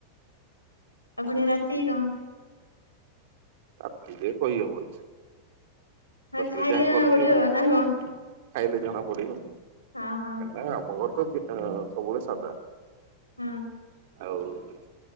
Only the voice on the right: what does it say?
ତା କହି ହବନି।
ରେ ଯାହା
କରିଥିବ
ଖାଇଲେ ଜଣା ପଡିବ।
ନାଁ ଆମ ଘର ତ ସବୁବେଳେ ସାଦା।
ଆଉ।